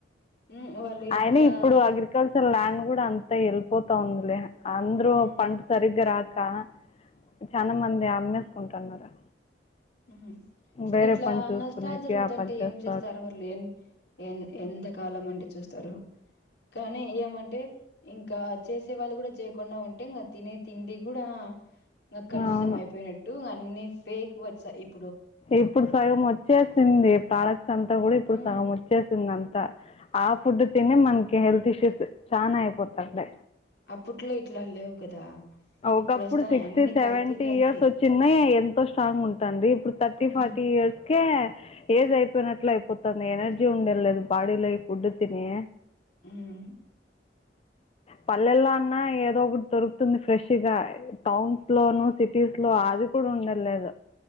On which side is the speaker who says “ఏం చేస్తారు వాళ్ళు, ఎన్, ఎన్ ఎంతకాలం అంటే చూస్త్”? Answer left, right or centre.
Left